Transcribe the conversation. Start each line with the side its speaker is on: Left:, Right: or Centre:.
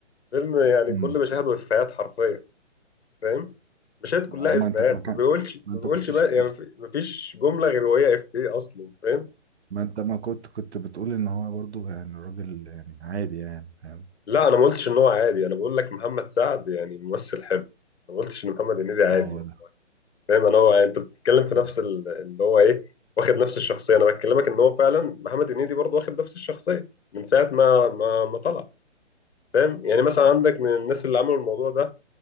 Left: فيلم يعني
Right: امم
Left: كل مشاهده افيهات حرفيا فاهم مشاهد كلها
Right: آه، ما
Left: افيهات
Right: انت ما كان
Left: ما بيقولش
Right: ما
Left: ما
Right: انت
Left: بيقولش
Right: كنتش
Left: بقى يعني ما فيش جمله غير وهي افيه اصلا فاهم
Right: ما انت ما كنت كنت بتقول ان هو برضو يعني الراجل يعني عادي يعني فاهم
Left: لا انا ما قلتش ان هو عادي انا بقول لك محمد سعد يعني ممثل حلو ما قلتش ان محمد هنيدي عادي
Right: اه لا
Left: فاهم انا هو انت بتتكلم في
Right: اه
Left: نفس ال- اللي هو ايه واخد نفس الشخصيه انا بكلمك ان هو فعلا محمد هنيدي برضه واخد نفس الشخصيه من ساعه ما ما ما طلع فاهم يعني مثلا عندك من الناس اللي عملوا الموضوع ده